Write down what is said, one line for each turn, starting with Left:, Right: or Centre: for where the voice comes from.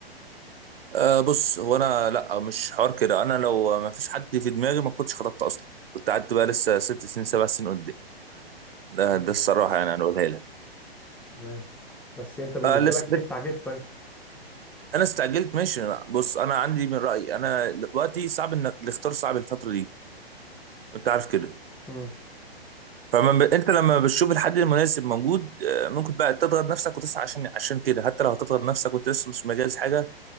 Right: أه بص هو انا لا مش حوار كده انا لو ما فيش حد في دماغي ما كنتش خطبت اصلا كنت قعدت بقى لسه ست سنين سبع سنين قدام ده,
Centre: تمام
Right: ده الصراحه يعني انا بقولها لك
Centre: تمام بس انت بالنسبه
Right: أه لسه
Centre: لك ليه استعجلت طيب
Right: انا استعجلت ماشي بص انا عندي من رايي انا دلوقتي صعب انك الاختيار صعب الفتره دي انت عارف كده
Centre: امم
Right: فما ب... انت لما بتشوف الحد المناسب موجود آه، ممكن بقى تضغط نفسك وتسعى عشان عشان كده حتى لو هتضغط نفسك وانت لسه مش مجهز حاجه